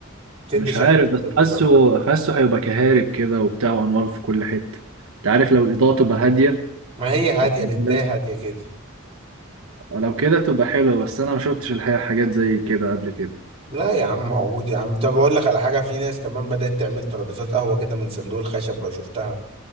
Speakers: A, on the right (about 30°); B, on the right (about 70°).
A: تدي
B: مش
A: شكل
B: عارف
A: تحفة
B: بس
A: بصراحة
B: حاسه حاسه هيبقى كهارب كده وبتاع وانوار في كل حته انت عارف لو الاضاءه تبقى هاديه
A: ما هي هادية
B: واخد بالك
A: البداية هادية كده
B: لو كده تبقى حلوه بس انا ما شفتش الحقيقه حاجات زي كده قبل كده
A: لا يا عم عود يا عم طب اقول لك على حاجة في ناس كمان بدأت تعمل ترابيزات قهوة كده من صندوق الخشب لو شفتها